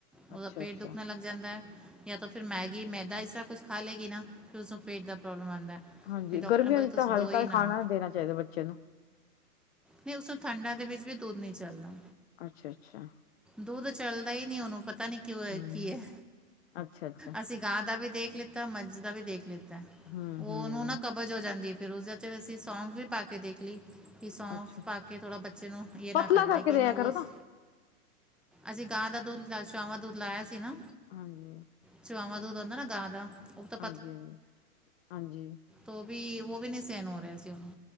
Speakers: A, in the centre; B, on the left.
A: ਉਹਦਾ
B: ਅੱਛਾ-ਅੱਛਾ।
A: ਪੇਟ ਦੁੱਖਣਾ ਲ ਜਾਂਦਾ ਏ ਯਾਤਾਂ ਫਿਰ ਮੈਗੀ, ਮੈਦਾ ਇਸ ਤਰ੍ਹਾਂ ਕੁਛ ਖਾ ਲੇਗੀ ਨਾ ਫਿਰ ਉਸਨੂੰ ਪੇਟ ਦਾ ਪ੍ਰੋਬਲਮ ਆਂਦਾ ਹੈ।
B: ਹਾਂਜੀ
A: ਫਿਰ ਡਾਕਟਰ
B: ਗਰਮੀਆਂ
A: ਨੇ ਬੋਲਿਆ
B: ਵਿੱਚ
A: ਤੁਸੀਂ
B: ਤਾਂ
A: ਦੋ
B: ਹਲਕਾ ਹੀ
A: ਨਾ
B: ਖਾਣਾ ਦੇਣਾ ਚਾਹੀਦਾ ਬੱਚਿਆਂ ਨੂੰ
A: ਨਈ ਉਸ ਠੰਡਾਂ ਦੇ ਵਿੱਚ ਵੀ ਦੁੱਧ ਨਈ ਚੱਲਦਾ
B: ਅੱਛਾ, - ਅੱਛਾ।
A: ਦੁੱਧ ਚੱਲਦਾ ਈ ਨਈ ਉਨੂੰ ਪਤਾ ਨੀ ਕਿਉਂ
B: ਹੂੰ,
A: ਏ ਕੀ ਐ
B: ਅੱਛਾ-ਅੱਛਾ,
A: ਅਸੀਂ ਗਾਂ ਦਾ ਵੀ ਦੇਖ ਲਿੱਤਾ, ਮੱਝ ਦਾ ਵੀ ਦੇਖ ਲਿੱਤਾ
B: ਹੂੰ-ਹੂੰ,
A: ਉਹਨੂੰ ਨਾ ਕਬਜ਼ ਹੋ ਜਾਂਦੀ ਐ ਫਿਰ ਉਸਦੇ ਤੇ ਅਸੀਂ ਸੌਂਫ ਵੀ ਪਾ ਕੇ ਦੇਖ ਲਈ ਕਿ ਸੌਂਫ
B: ਅੱਛਾ-ਅੱਛਾ
A: ਪਾ ਕੇ ਥੋੜ੍ਹਾ ਬੱਚੇ ਨੂੰ ਇਹ ਨਾ
B: ਪਤਲਾ
A: ਕਰੇ
B: ਕਰਕੇ
A: ਲੇਕਿਨ
B: ਦਿਆ
A: ਉਸ
B: ਕਰੋ ਨਾ।
A: ਅਸੀਂ ਗਾ ਦਾ ਦੁੱਧ ਲਾ ਚਾਵਾਂ ਦੁੱਧ ਲਾਇਆ ਸੀ ਨਾ
B: ਹਾਂਜੀ।
A: ਚੁਆਵਾਂ ਦੁੱਧ ਹੋਂਦਾ ਨਾ ਗਾ ਦਾ ਉਹ ਤਾਂ
B: ਹਾਂਜੀ, ਹਾਂਜੀ, ਹਾਂਜੀ
A: ਉਹ ਵੀ ਉਹ ਵੀ ਨਈ ਸੇਣ ਹੋ ਰਿਹਾ ਸੀ ਉਨੂੰ